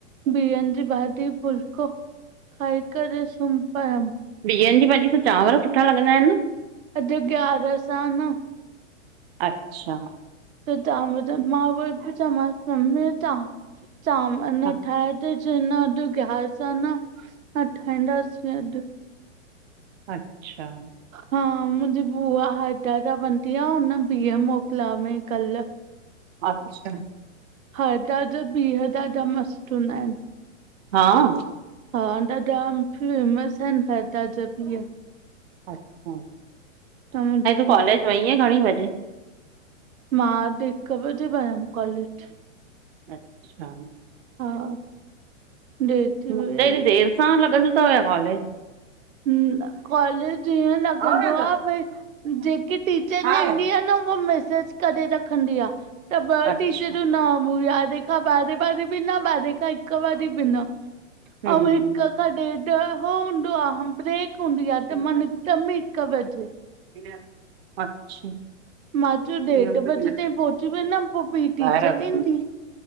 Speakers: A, on the right; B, on the right.
A: ॿीहन ॼी भाॼी फ़ुलको खाई करे सुम पयं
B: ॿीहनि जी भाॼीअ सां चांवर सुठा लॻंदा हिनि न?
A: अॼु ग्यारस आ न
B: अच्छा।
A: त चांवर मां उहुवई पई चवांस पई मम्मी अॼु चां चांवर न
B: हा,
A: ठाहिया तई च्यंईं न अॾु ग्यारिस आ न न ठाइंदासी अॾु।
B: अच्छा।
A: हा मुंहिंजी बुआ हेॾ जा बंंदीया <unintelligible> हुन ॿीह मोकिलिया हुवईं कल।
B: अच्छा।
A: हा ॾाॾा ॿिह ॾाॾा मस्तु हुंदा इन।
B: हा।
A: हा ॾाॾा फेमस आहिनि हैदा जा ॿीह।
B: अच्छा,
A: त मुंहिंजी
B: ऐं तूं
A: बि
B: कॉलेज वईंय घणीं वॼे?
A: मां अॾु हिक बॼे वयमि कॉलेज
B: अच्छा।
A: हा। देर थी
B: त
A: वई आ
B: हेॾी देर सां लॻंदो तव या कॉलेज?
A: हम्म, कॉलेज ईअं लॻंदो
B: और अंदर
A: आ भई जेके टीचर
B: हाय
A: न ईंदी आ न उह मैसेज करे रखंदी आ त ॿ
B: अच्छा
A: टीचरू न हुया यारहें खां ॿारहें वारी बि न ॿारहें खां हिक वारी बि न।
B: हम्म
A: अऊं हिक खां ॾेढ हो हूंदो आ ब्रेक हूंदी आ त
B: अच्छा
A: मां निकतम ई हिक बजे।
B: <inaudible> अच्छा।
A: मां चयो
B: <unintelligible>
A: ॾेढ बजे ताईं पहुची वेंदमि पो ॿी टीचर
B: ॿाहेरा <unintelligible>
A: ईंदी